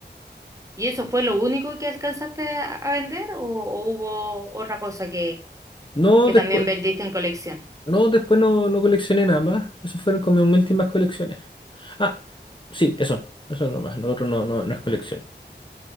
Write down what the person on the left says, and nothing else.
No,
después,
no, después no, no coleccioné nada más. Esas fueron como mis últimas colecciones. Ah, sí, eso, eso nomás. Lo otro no, no, no es colección.